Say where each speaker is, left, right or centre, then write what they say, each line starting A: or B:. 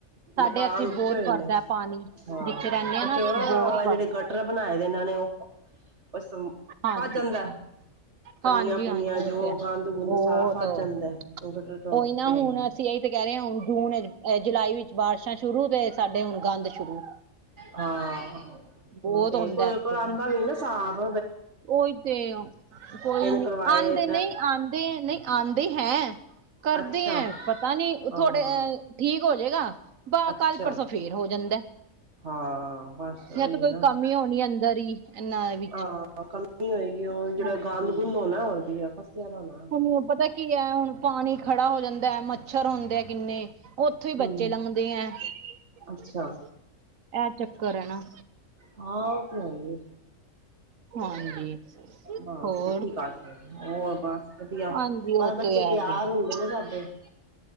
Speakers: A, on the right; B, on the right.
A: ਸਾਡੇ
B: ਮਕਾਨ
A: ਇੱਥੇ
B: ਉੱਚ
A: ਬਹੁਤ
B: ਹੋਏ
A: ਪੜਦਾ
B: ਨੇ
A: ਪਾਣੀ
B: ਹਾਂ।
A: ਜਿੱਥੇ ਰਹਿੰਦੇ ਆ
B: ਕੁਚੋਰਾ
A: ਨਾ ਬਹੁਤ ਪੜਦਾ
B: ਜਿਹੜੇ ਗਟਰ ਬਣਾਏ ਦੇ ਇਹਨਾਂ ਨੇ ਓ ਕੁ ਫਸ
A: ਹਾਂਜੀ
B: ਜਾਂਦਾ। ਪੰਨੀਆਂ
A: ਹਾਂਜੀ
B: ਪੁੁੰਨੀਆਂ
A: ਹਾਂਜੀ ਉਹ
B: ਜੋ
A: ਤੇ ਹੈ
B: ਗੰਦ ਗੁੰਦ
A: ਬਹੁਤ
B: ਸਾਰਾ ਫਸ
A: ਉਹੀ
B: ਜਾਂਦਾ <unintelligible>
A: ਨਾ
B: ਤੇ
A: ਹੁਣ
B: ਹੈਈ।
A: ਅਸੀਂ ਇਹੀ ਤੇ ਕਹਿ ਰਹੇ ਆ ਹੁਣ ਜੂਨ ਜੁਲਾਈ ਵਿੱਚ ਬਾਰਿਸ਼ਾਂ ਸ਼ੁਰੂ ਤੇ ਸਾਡੇ ਹੁਣ ਗੰਦ ਸ਼ੁਰੂ।
B: ਹਾਂ
A: ਬਹੁਤ
B: ਤੇ
A: ਹੁੰਦਾ
B: ਕੋਈ
A: ਇੱਥੇ
B: ਇੱਕ ਵਾਰ ਆਂਦਾ ਵੀ ਨਾ ਸਾਬ
A: ਉਹੀ ਤੇ ਕੋਈ ਨੀ
B: ਕਰਵਾਏ
A: ਆਂਦੇ ਨੀ ਆਂਦੇ। ਨਹੀਂ ਆਂਦੇ ਹੈ ਕਰਦੇ
B: ਅੱਛਾ
A: ਐ ਪਤਾ ਨੀ
B: ਹਾਂ
A: ਥੋੜੇ ਠੀਕ ਹੋਜੇਗਾ ਬਸ
B: ਅੱਛਾ
A: ਕੱਲ ਪਰਸੋਂ ਫੇਰ ਹੋ ਜਾਂਦਾ।
B: ਹਾਂ ਬਸ ਉਹੀ
A: ਜਾ ਤਾਂ ਕੋਈ
B: ਨਾ
A: ਕਮੀ ਹੋਣੀ ਅੰਦਰ ਹੀ ਏਨਾ ਦੇ ਵੀ
B: ਹਾਂ ਕਮੀ ਹੋਏਗੀ ਉਹ ਜਿਹੜਾ
A: ਹਾਂਜੀ
B: ਗੰਦ ਗੁੰਦ ਹੋਣਾ ਹੋਰ ਕੀ ਐ ਫਸਿਆ ਦਾ ਹੋਣਾ।
A: ਹੁਣ ਪਤਾ ਕੀ ਐ ਹੁਣ ਪਾਣੀ ਖੜਾ ਹੋ ਜਾਂਦਾ ਮੱਛਰ ਹੁੰਦੇ ਆ ਕਿੰਨੇ। ਉੱਥੋਂ ਹੀ
B: ਹਮ
A: ਬੱਚੇ ਲੰਘਦੇ ਆ
B: ਅੱਛਾ
A: ਇਹ ਚੱਕਰ ਐ ਨਾ।
B: ਹਾਂ ਉਹ ਤੇ ਹੈਈ ਆ।
A: ਹਾਂਜੀ।
B: ਬਸ
A: ਹੋਰ
B: ਕੀ ਸਕਦੇ ਹੋਰ ਬਸ ਵਧੀਆ
A: ਹਾਂਜੀ ਉਹ
B: ਬਸ ਬੱਚੇ
A: ਤੇ ਹੈ
B: ਤਿਆਰ
A: ਹੀ ਹੈ
B: ਹੋ। <unintelligible>